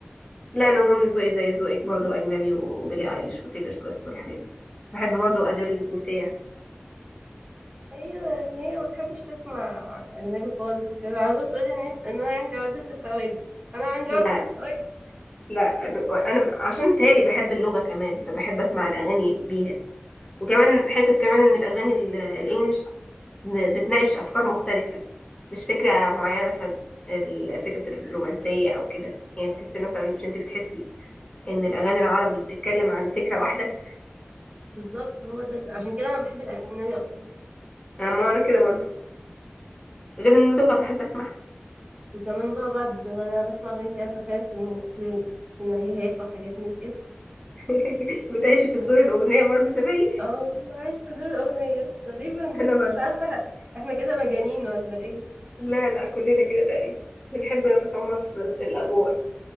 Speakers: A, on the left; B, on the right.
A: لا انا اظن ذوقي زي ذوقك برضو اجنبي وبيلي
B: مم.
A: ايليش وتيلر سويفت والحاجات دي بحب برضو ادل وسيا
B: ايوه ما هي ما بتحبش تسمع اجنبي خالص وكده على طول بتقولي ان إنت- ان انا عندي عقدة الخواجة انا عندي
A: لا
B: عقدة الخواجة
A: لا انا عشان بتهيألي بحب اللغة كمان فبحب اسمع الاغاني بيها وكمان حتة كمان ان الاغاني ال- الانجليش ب- بتناقش افكار مختلفة مش فكرة معينة مثلا ال- فكرة الرومانسية او كده يعني بتحسي مثلا مش انت بتحسي ان الاغاني العربي بتتكلم عن فكره واحده
B: بالظبط هو ده ال- عشان كده انا بحب الاجنبي اكتر
A: آه، ما انا كده برضو غير ان اللغه بحب اسمعها
B: وكمان بقى بعد وانا بسمع اغاني كده اتخيل سيناريو- سيناريو- سيناريوهات وحاجات من كده
A: <laughs> بتعيش في الدور الاغنيه برضو شبهي
B: اه عايش في دور الاغنية تقريبا
A: انا
B: مش
A: برضو
B: عارفة احنا كده مجانين ولا ايه
A: لا لا كلنا كده تقريبا بنحب نتقمص الادوار